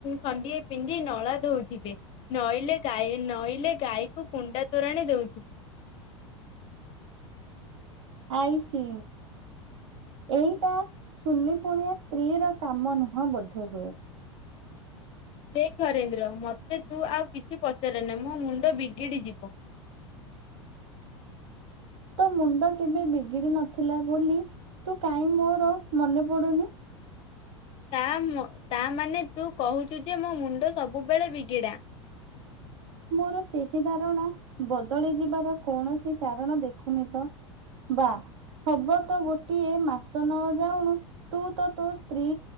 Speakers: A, on the left (about 35°); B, on the right (about 65°).
A: ଖଣ୍ଡିଏ ପିନ୍ଧି ନଳା ଧୋଉଥିବେ ନଈଲେ ଗାଈ ନଈଲେ ଗାଈକୁ କୁଣ୍ଡା ତୋରାଣି ଦଉଥିବେ
B: ଆଇ ସି ଏଇଟା ସୁନି ପୁଣିଆ ସ୍ତ୍ରୀ ର କାମ ନୁହଁ ବୋଧେ ହେ।
A: ଦେଖ ନରେନ୍ଦ୍ର ମତେ ତୁ ଆଉ କିଛି ପଚାରେ ନା ମୋ ମୁଣ୍ଡ ବିଗିଡି ଯିବ
B: ତୋ ମୁଣ୍ଡ କେବେ ବିଗିଡି ନଥିଲା ବୋଲି ତୁ କାହିଁ ମୋର ମନେ ପଡୁନି
A: ତାମ ତମାନେ ତୁ କହୁଛୁ ଯେ ମୋ ମୁଣ୍ଡ ସବୁବେଳେ ବିଗିଡ଼ା
B: ମୋର ସେହି ଧାରଣା ବଦଳି ଯିବାର କୌଣସି କାରଣ ଦେଖୁନି ତ ବା ହବ ତ ଗୋଟିଏ ମାସ ନ ଯାଉଣୁ ତୁ ତ ତୋ ସ୍ତ୍ରୀ